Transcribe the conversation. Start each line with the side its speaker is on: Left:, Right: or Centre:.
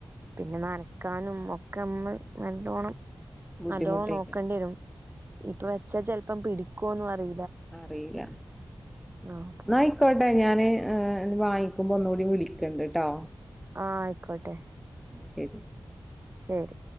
Right: പിന്നെ നനക്കാനും. <unintelligible> നല്ലോണം.
Centre: ബുദ്ധിമുട്ടേക്കാ
Right: നല്ലോ നോക്കേണ്ടി വരും. ഇപ്പ വെച്ച ചെ ഇപ്പം പിടിക്കോന്ന് അറി
Centre: അറിയില്ല
Right: ആഹ് അപ്പം
Centre: എന്നായിക്കോട്ടെ ഞാൻ ങ്ങ വാങ്ങിക്കുമ്പോ ഒന്ന് കൂടി വിളിക്കണ്ട് ട്ടോ
Right: ആഹ് ആയിക്കോട്ടെ
Centre: ഉം ശരി
Right: ശരി